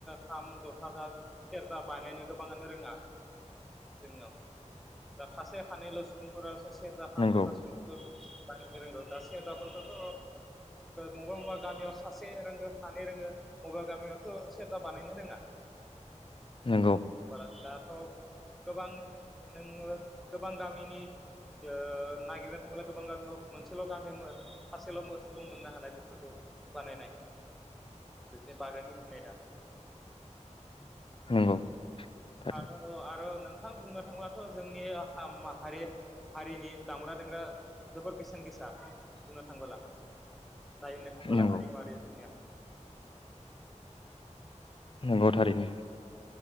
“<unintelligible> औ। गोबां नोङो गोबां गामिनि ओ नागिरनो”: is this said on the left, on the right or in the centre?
Centre